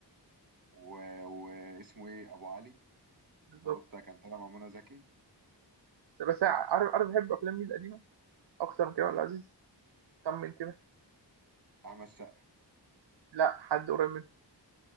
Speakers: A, on the right; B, on the right.
A: و... واسمه ايه ابو علي
B: بالظبط
A: اللي هو بتاع كان طالع مع منى زكي
B: بس عارف عارف بحب افلام مين القديمه اكتر من كريم
A: مين
B: عبد العزيز كم من كده
A: احمد سقا
B: لا حد قريب منه